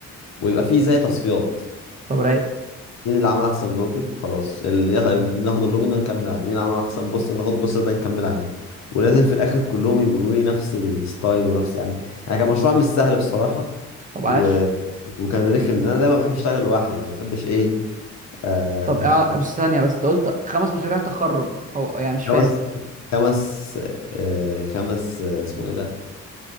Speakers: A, on the left; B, on the right.
A: ويبقى فيه زي تصفيات
B: طب رايق
A: مين اللي عمل احسن لوجو خلاص اللي ياخ- اللي ناخد اللوجو ده نكمل عليه مين عمل احسن بوستر ناخد البوستر ده نكمل عليه ولازم في الاخر كلهم يبقوا إيه نفس الستايل ونفس يعني يعني كان مشروع مش سهل بصراحة
B: طب عاش
A: و... وكان رخم لان انا دايما بحب اشتغل لوحدي يعني ما بحبش ايه آه...
B: طب اع- بس ثانية بس انت قلت خمس مشاريع تخرج هو يعني مش فاهم
A: خمس خمس آه... خمس آه، اسمه ايه ده